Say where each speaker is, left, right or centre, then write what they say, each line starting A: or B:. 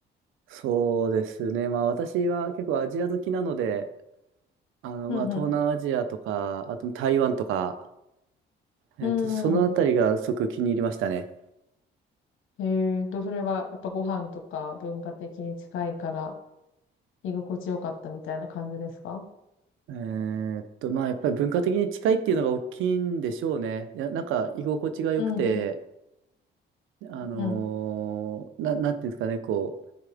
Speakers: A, on the right; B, on the left.
A: そうですね。まあ私は結構アジア好きなので、あのまあ東南アジアとか、
B: うんう
A: あと台湾とか、えっと、
B: ん。
A: そのあたりがすごく気に入りましたね。
B: うん。えーと、それはやっぱご飯とか文化的に近いから居心地よかったみたいな感じですか
A: えーっと、まあやっぱり文化的に近いっていうのが大きいんでしょうね。いや、なんか居心地が良くて、
B: うんうん
A: あのーな、
B: うん。
A: なんていうんですかね、こう、